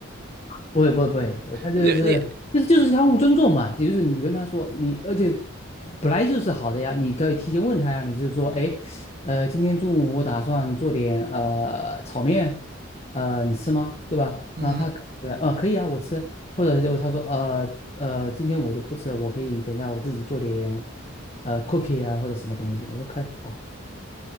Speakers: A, on the left; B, on the right.
A: 不会不会不会，我他就是就是就是相互尊重嘛，
B: 你你
A: 就是你跟他说你，而且本来就是好的呀，你可以提前问他呀，你就是说，哎，呃，今天中午我打算做点呃炒面，呃，你吃吗？对吧？
B: 嗯，
A: 然后他可对啊，呃，可以啊，我吃，或者就他说，呃呃，今天我就不吃了，我可以等下我自己做点呃 cookie 啊或者什么东西，我说可以，好，